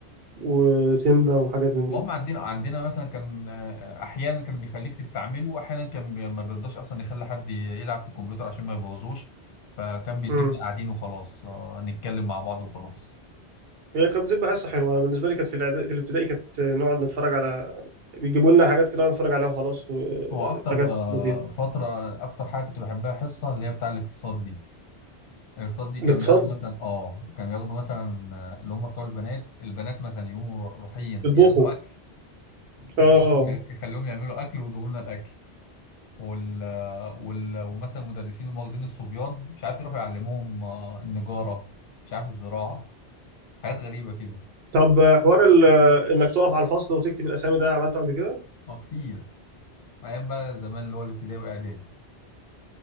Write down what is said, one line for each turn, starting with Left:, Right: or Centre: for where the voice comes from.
Right: وسيمبا وحاجات من دي
Left: المهم عندنا عندنا مثلا كان آه، احيانا كان بيخليك تستعمله واحيانا كان بي- ما بيرضاش اصلا يخلي حد يلعب في الكمبيوتر عشان ما يبوظوش فكان بيسيبنا
Right: امم
Left: قاعدين وخلاص آه، نتكلم مع بعض وخلاص
Right: هي كانت بتبقى حصه حلوه انا بالنسبه لي كانت في الإعدا- في الابتدائي كانت نقعد نتفرج على بيجيبوا لنا حاجات كده نقعد نتفرج عليها وخلاص و-
Left: هو اكتر
Right: حاجات
Left: آه،
Right: لذيذه
Left: فتره اكتر حاجه كنت بحبها حصه اللي هي بتاع الاقتصاد دي الاقساط دي كان
Right: الاقتصاد
Left: بياخدوا مثلا اه كان بياخدوا مثلا آه، اللي هم بتوع البنات البنات مثلا يقوموا رايحين
Right: يطبخوا
Left: يعملوا اكل يخليهم
Right: اه
Left: يخليهم يعملوا اكل ويجيبوا لنا الاكل وال... آه، وال... ومثلا مدرسين هم واخدين الصبيان مش عارف يروحوا يعلموهم آه، النجاره مش عارف الزراعه حاجات غريبه كده
Right: طب حوار ال- انك تقف على الفصل وتكتب الاسامي ده عملته قبل كده
Left: اه كتير ايام بقى زمان اللي هو الابتدائي واعدادي